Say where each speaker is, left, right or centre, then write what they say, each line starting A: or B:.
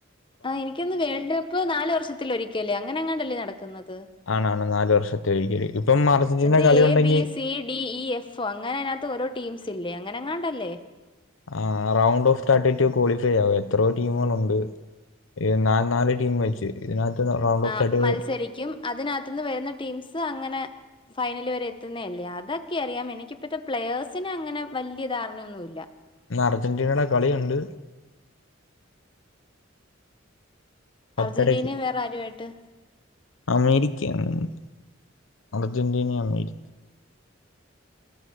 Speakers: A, on the left (about 25°); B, on the left (about 75°).
A: ആ എനിക്കൊന്ന് വേൾഡ് കപ്പ് നാല് വർഷത്തി ഒരിക്കല്ലേ അങ്ങനെ അങ്ങാണ്ടല്ലേ നടക്കുന്നത്.
B: ആണാണ് നാല് വർഷത്തെ ഒരിക്കല് ഇപ്പം അർജന്റീന
A: എന്ത്
B: കളി
A: എ
B: ഉണ്ടെങ്കിൽ
A: ബി സി ഡി ഇ എഫ് ഒ അങ്ങനെ അതിനകത്ത് ഓരോ ടീംസ് ഇല്ലേ. അങ്ങനെങ്ങാണ്ടല്ലേ.
B: ആ റൗണ്ട് ഓഫ് തർട്ടി ക്വാളിഫൈ ആകും എത്രോ ടീമുകളുണ്ട് നാ നാല് ടീം വെച്ച് ഇതിനകത്ത്. റൗണ്ട് ഓഫ്
A: ആ
B: തേർട്ടി
A: മത്സരിക്കും
B: ഇന്ന്
A: അതിനകത്തന്ന് വരുന്ന ടീംസ് അങ്ങനെ ഫൈനല് എത്തുന്നെല്ലേ അ അതൊക്കെ അറിയാം എനിക്കിപ്പത്തെ പ്ലേയേഴ്സിന് അങ്ങനെ വലിയ ധാരണയൊന്നു ഇല്ല
B: ഇന്ന് അർജന്റീനയുടെ കളിയുണ്ട് പത്തര
A: അർജന്റീനയും
B: യ്ക്ക്അമേരിക്കയാണെന്
A: വേറെ ആരുമായിട്ട്
B: തോ അർജന്റീനയും അമേരിക്ക